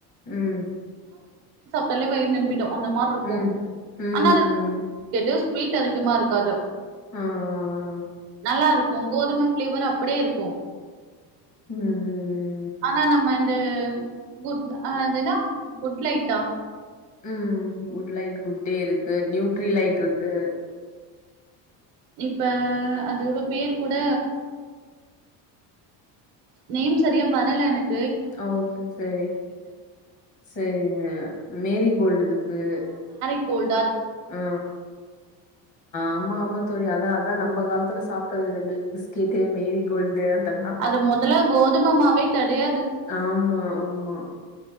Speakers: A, on the left; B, on the right.
A: ம்
B: ட்டாலே வயிறு நம்பி ட்டோ அந்த மார் இருக்கு
A: ம். ம்.
B: ஆனா அது
A: ம்.
B: கேட்டு வீட் அதிகமா இருக்காது
A: ஆ ஆ ஆ
B: நல்லா இருக்கு கோதும ஃபிளேவர் அப்பிடியே இருக்கு
A: ம் ம் ம்
B: ஆனா நம்ம இந்த குட் அது என்னா குட்லைட்டா
A: ம் குட் லைட் குட்டே இருக்கு நியூட்ரி லைட் இருக் க்கு
B: இப்ப அதுட பேர் கூட நேம் சரியா வரல எனக்
A: ஓகே செரி செரிங்க மேரி கோல்டு இருக்கு
B: கோல்
A: மஆ ஆமா ஆமா தோழி அத அதா நம்ம காலத்துல சாப் க்கறது இந்த மில்க்பிஸ்கேட்டு மேரி கோல்டு அதெல்லாம்.
B: அது மொதல்ல கோதும மாவே கெடைய
A: ஆமா ஆமா